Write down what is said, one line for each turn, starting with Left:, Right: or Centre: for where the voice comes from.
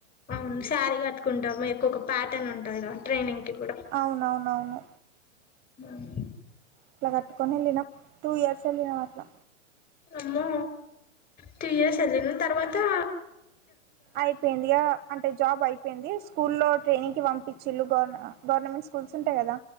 Left: అవును సారీ కట్టుకుంటా మీకు ఒక ప్యాటర్న్ ఉంటంది గాద ట్రైనింగ్ కి కూడా
Right: అవునవునవును
Left: మ్
Right: అట్లా కట్టుకొని వెళ్ళినాం టూ ఇయర్స్ వెళ్ళినాం అట్లా
Left: అమ్మో టూ ఇయర్స్ వెళ్ళిళ్ళ తర్వాతా
Right: ఐపోయింది ఇగ అంటే జాబ్ అయిపోయింది స్కూల్లో ట్రైనింగ్ కి పంపిచ్చిల్లు గవ్ గవర్నమెంట్ స్కూల్డ్ ఉంటాయి కదా